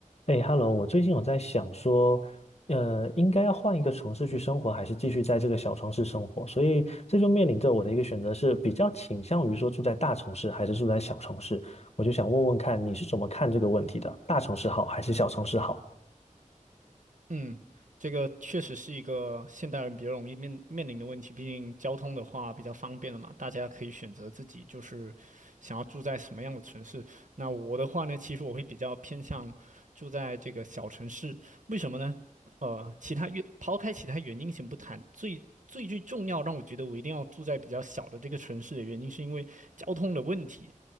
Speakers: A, on the left; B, on the right.
A: 哎，Hello，我最近有在想说，呃，应该要换一个城市去生活，还是继续在这个小城市生活？所以这就面临着我的一个选择是，比较倾向于说住在大城市还是住在小城市。我就想问问看，你是怎么看这个问题的？大城市好还是小城市好？
B: 嗯，这个确实是一个现代人比较容易面面临的问题。毕竟交通的话比较方便了嘛，大家可以选择自己就是想要住在什么样的城市。那我的话呢，其实我会比较偏向住在这个小城市。为什么呢？呃，其他原抛开其他原因先不谈，最最最重要让我觉得我一定要住在比较小的这个城市的原因，是因为交通的问题。